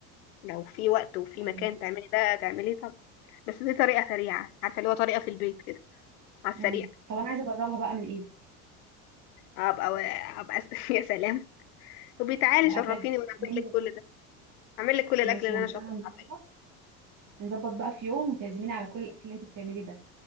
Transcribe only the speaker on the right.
ايوه
امم طب انا عايزه اجربها بقى من ايدك
لا
تعزميني
بقى
ماشي
ما انت
بقى هنظبط
نظبط بقى في يوم وتعزميني على كل الاكل اللي انت بتعمليه ده